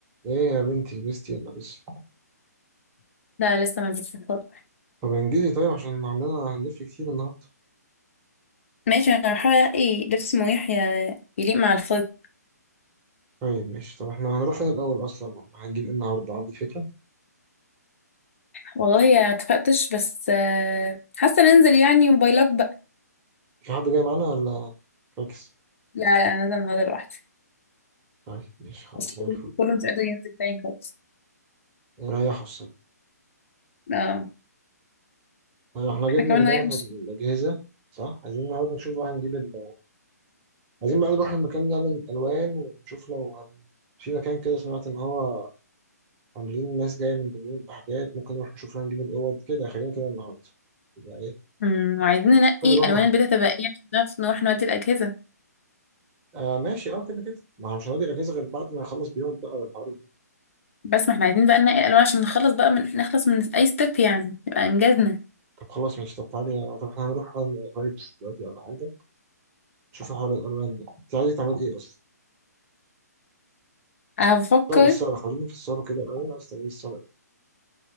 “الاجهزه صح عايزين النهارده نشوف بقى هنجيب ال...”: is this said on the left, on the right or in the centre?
Right